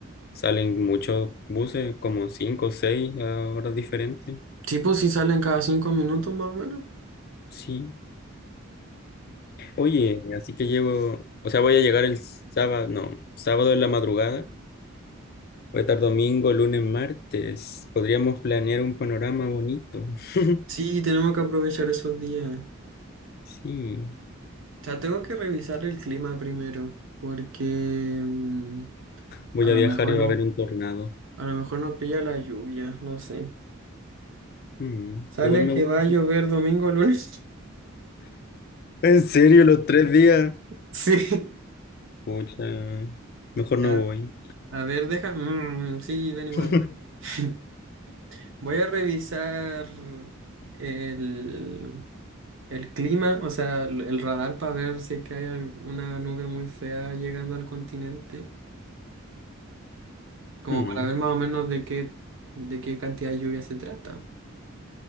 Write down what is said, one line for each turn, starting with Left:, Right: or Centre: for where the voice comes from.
Left: salen muchos buses, como cinco o seis a horas diferentes.
Right: Sí, pues si salen cada cinco minutos más o menos.
Left: Sí. Oye, así que llevo, o sea, voy a llegar el sábado, no, sábado en la madrugada. Voy a estar domingo, lunes, martes. Podríamos planear un panorama bonito. <laughs>
Right: Sí, tenemos que aprovechar esos días. O
Left: Sí.
Right: sea, tengo que revisar el clima primero, porque mm,
Left: Voy
Right: a lo
Left: a viajar
Right: mejor
Left: y
Right: no,
Left: va a haber un tornado.
Right: a lo mejor no pilla la lluvia, no sé.
Left: Mm,
Right: Sale
Left: Igual me
Right: que
Left: gusta.
Right: va a llover domingo, lunes.
Left: ¿En serio, los tres días?
Right: <laughs> Sí.
Left: Pucha, mejor
Right: Ya,
Left: no voy.
Right: a ver, deja. mm, sí, ven igual.
Left: <laughs>
Right: <laughs> Voy a revisar el, el clima, o sea, el, el radar para ver si es que hay alguna nube muy fea llegando al continente. como
Left: Mm,
Right: para ver más o menos de qué, de qué cantidad de lluvia se trata.